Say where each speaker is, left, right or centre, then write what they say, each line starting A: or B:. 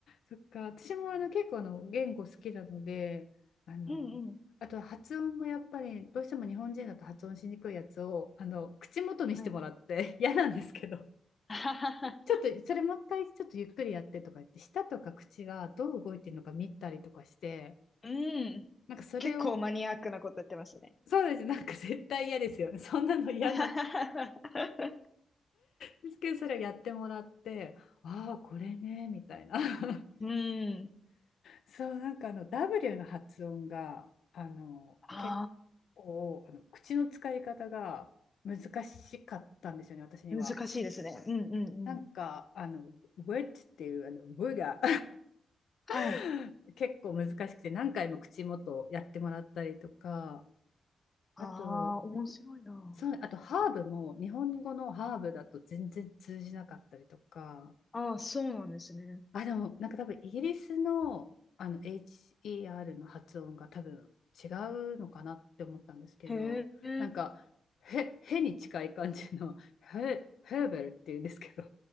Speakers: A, on the left; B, on the left.
A: そっか、私もあの結構あの言語好きなので、あの、
B: うんうん。
A: あとは発音もやっぱりどうしても日本人だと発音しにくいやつをあの口元にしてもらって
B: はい。
A: <laughs> 嫌なんですけど、
B: <laughs>
A: ちょっとそれもう一回ちょっとゆっくりやってとか言って、舌とか口がどう動いてるのか見たりとかして、
B: うん。
A: なんかそれを、
B: 結構マニアックなこと言ってますね。
A: そうです、なんか絶対嫌ですよね。そんなの嫌なん
B: <laughs>
A: ですけど、それをやってもらって、ああー、これね、みたいな。<laughs>
B: うん。
A: そうなんかあの W の発音があの結
B: あ
A: 構あの口の使い方が難しかったんですよね私には。
B: あ、難しいですね。うんうんうん。
A: なんかあの「wet」っていうあの「w」が
B: はい。
A: <laughs> 結構難しくて何回も口元やってもらったりとか
B: あ
A: あと
B: あ、面白いな。
A: そうあとハーブも日本語のハーブだと全然通じなかったりとか
B: ああ、そうなんですね。
A: あ、でも、なんか多分イギリスの、あの HER の発音が多分違うのかなって思ったんですけど、
B: へえ。
A: なんか、へ、へに近い感じの、へ、ヘーベルっていうんですけど、